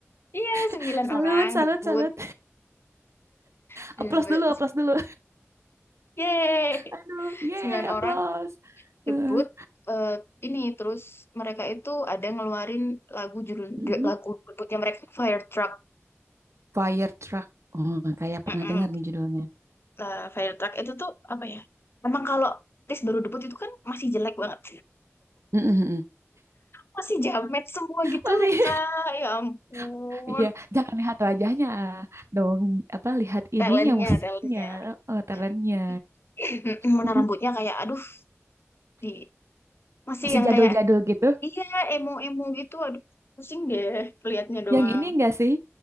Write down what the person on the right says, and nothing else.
<laughs>
Salut,
salut,
salut.
Applause
dulu, applause dulu.
Aduh, yeay,
applause.
Heeh,
heeh.
Fire Truck. Oh, kayak pernah
dengar nih judulnya.
Mm, mm, mm.
Masih,
<laughs> iya. Jangan lihat wajahnya dong. Apa lihat
ininya musiknya,
eh, talentnya.
<laughs>
Masih
jadul-jadul
gitu.
Yang ini enggak sih?